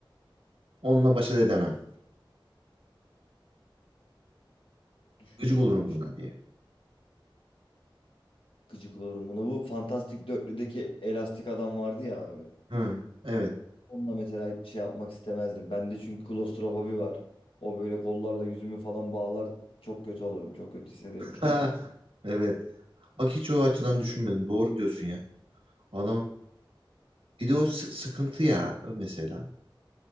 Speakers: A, on the right; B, on the left.
A: Onunla başa edemem.
B: Düşünüyorum
A: Gıcık olurum
B: abi. şu-
A: buna
B: an
A: diye.
B: Gıcık olurum buna. Bu Fantastik Dörtlü'deki elastik adam vardı ya abi.
A: Hı, evet.
B: Onunla mesela şey yapmak istemezdim. Bende çünkü klostrofobi var. O böyle kollarla yüzümü falan bağlar. Çok kötü olurum. Çok kötü hissederim kendimi.
A: <laughs> Evet. Bak hiç o açıdan düşünmedim. Doğru diyorsun ya. Adam bir de o sı- sıkıntı ya mesela.